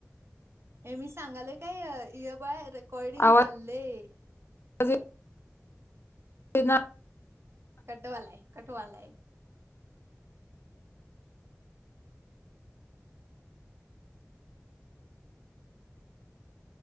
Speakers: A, on the right; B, on the left.
A: हे, मी सांगालोय काय. रेकॉर्डिंग
B: आवाज
A: चाललंय.
B: <inaudible> ते ना
A: कटवालाय, कठवालाय,